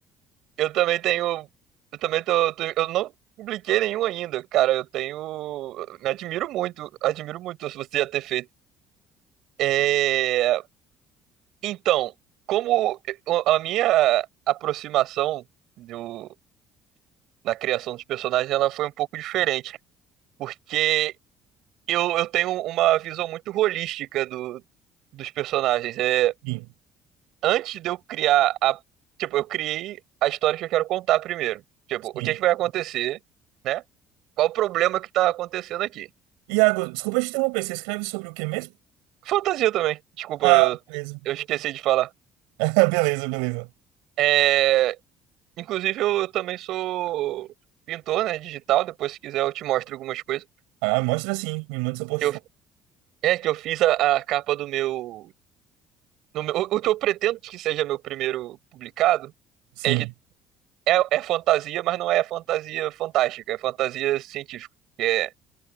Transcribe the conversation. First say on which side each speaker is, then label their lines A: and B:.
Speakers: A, on the right; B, on the right.
A: eu também tenho. Eu também tô, tô- Eu não publiquei nenhum ainda, cara. Eu tenho. Me admiro muito. Admiro muito se você já ter feito. É, então, como eu- a minha aproximação do, na criação dos personagens ela foi um pouco diferente. Porque eu, eu tenho uma visão muito holística do, dos personagens. É,
B: Sim,
A: antes de eu criar a. Tipo, eu criei a história que eu quero contar primeiro. Tipo, o
B: sim.
A: que, é que vai acontecer, né? Qual o problema que tá acontecendo aqui?
B: Iago, desculpa te interromper, você escreve sobre o que mesmo?
A: Fantasia também. Desculpa,
B: Ah,
A: eu,
B: beleza.
A: eu esqueci de falar.
B: <laughs> Beleza, beleza.
A: É, inclusive, eu também sou pintor, né? Digital. Depois, se quiser, eu te mostro algumas coisas.
B: Ah, mostra sim, me manda seu portfólio.
A: Que Eu, é que eu fiz a, a capa do meu. do meu- o o que eu pretendo que seja meu primeiro publicado,
B: Sim.
A: ele é, é fantasia, mas não é fantasia fantástica, é fantasia científica. Que é,